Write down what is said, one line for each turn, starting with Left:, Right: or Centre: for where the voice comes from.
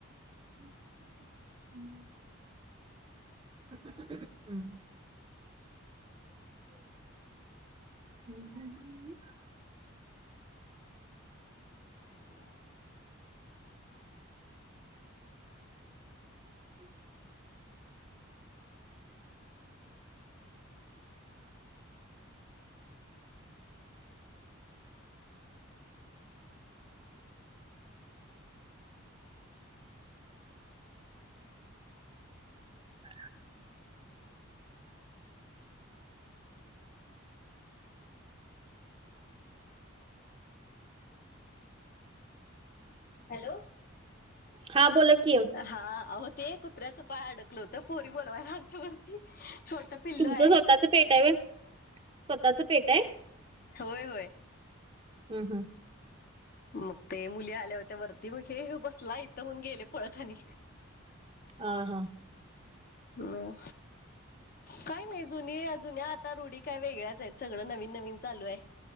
Right: <unintelligible> हू. हम् हम् ह् <inaudible>
Left: ह <inaudible>
Right: हम् <inaudible> <inaudible>
Left: हॅलो.
Right: हा बोला की
Left: हा आहो ते कुत्र्याचं पाय अडकलं होतं, पोरी बोलवायला आलत्या वरती. छोटं पिल्लू
Right: तुमचं
Left: हाय.
Right: स्वतःच पेट आहे व्हय स्वतःच पेट आहे.
Left: होय होय
Right: हू हू.
Left: मग ते मुली आल्या होत्या वरती, मग हे ह्यो बसलाय इथं म्हणून गेले पळत आणि
Right: हा हा.
Left: म. काय नाही, जुनी जुन्या आता रुढी काय वेगळ्याच आहेत, सगळं नवीन नवीन चालू हाय.